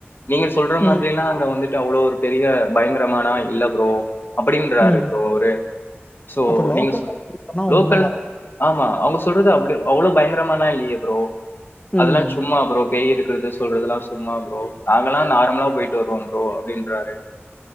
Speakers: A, on the left; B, on the left.
A: நீங்க சொல்ற மாதிரில்லாம்
B: ம்.
A: அங்க வந்து அவ்வளவு ஒரு பெரிய பயங்கரமானா இல்ல ப்ரோ அப்படின்றாரு
B: ம்.
A: ப்ரோ அவரு சோ
B: அப்ப லோக்கல்ல
A: நீங்க சொ
B: சொன்னா
A: லோக்கல்
B: உண்மதான்.
A: ஆமா அவங்க சொல்றது அப்டி அவ்வளவு பயங்கரமாலாம் இல்லையே ப்ரோ அதெல்லாம்
B: ம்.
A: சும்மா ப்ரோ பேய் இருக்கறது சொல்றதுெல்லாம் சும்மா ப்ரோ நாங்கல்லாம் நார்மலா போயிட்டு வருவோம் ப்ரோ அப்டின்றாரு